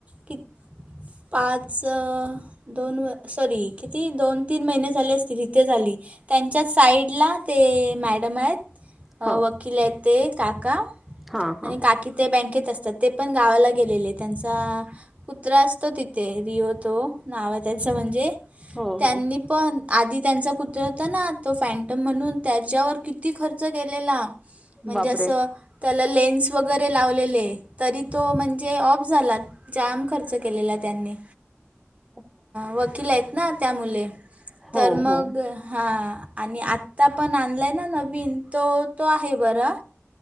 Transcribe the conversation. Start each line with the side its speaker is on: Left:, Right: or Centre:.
Right: की पाच, दोन सॉरी किती दोन, तीन महिने झाले असतील ही ते झाली त्यांच्या साईडला ते मॅडम आहेत वकील
Centre: हा
Right: आहेत. ते काका
Centre: हा हा
Right: आणि का की ते बँकेत असतात ते पण गावाला गेलेले त्यांचा कुत्रा असतो तिथे रिओ तो नाव आहे त्याचं म्हणजे
Centre: हो
Right: त्यांनी
Centre: हो
Right: पण आधी त्यांचा कुत्रा होता ना तो फँटम म्हणून त्याच्यावर किती खर्च केलेला. म्हणजे
Centre: बापरे
Right: असं त्याला लेन्स वगैरे लावलेले तरी तो म्हणजे ऑफ झाला. जाम खर्च केलेला त्यांनी.
Centre: <inaudible>
Right: वकील आहेत ना त्या मुले
Centre: हो,
Right: तर मग
Centre: हो.
Right: हां आणि आत्ता पण आणलाय ना नवीन तो तो आहे बरा.